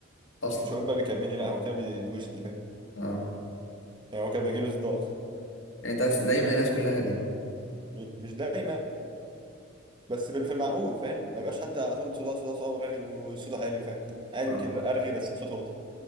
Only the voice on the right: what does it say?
مش هقول بقى بيكلمني لا هو كده بيدوشني فاهم
يعني هو كده بيجيب لي صداع
<laughs> مش دايما بس بال- في المعقول فاهم ما يبقاش حد على طول صداع صداع صداع رغي وصوته عالي فاهم عادي
ممكن ارغي بس بصوت واطي